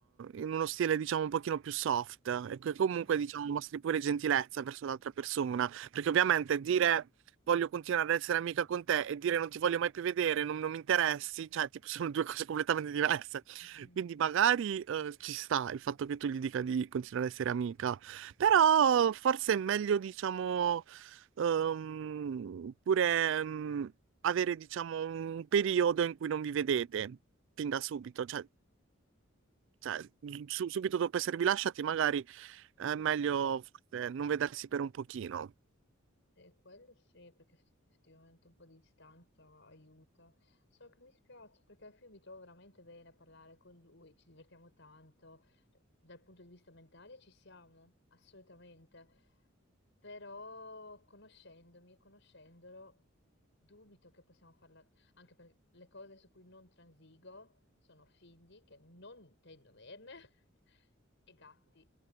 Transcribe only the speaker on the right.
in uno stile, diciamo, un pochino più soft e che comunque,
diciamo, mostri pure gentilezza verso l'altra persona, perché ovviamente dire voglio continuare ad essere amica con te e dire non ti voglio mai più vedere, non, non mi interessi, cioè, tipo, <laughs> sono due cose completamente diverse.
Quindi magari eh, ci sta il fatto che tu gli dica di continuare ad essere amica, però forse è meglio, diciamo, ehm, pure ehm, avere, diciamo, un periodo in cui non vi vedete fin da subito, cioè, cioè, su- subito dopo esservi lasciati, magari è
meglio forse, non vedersi per un pochino.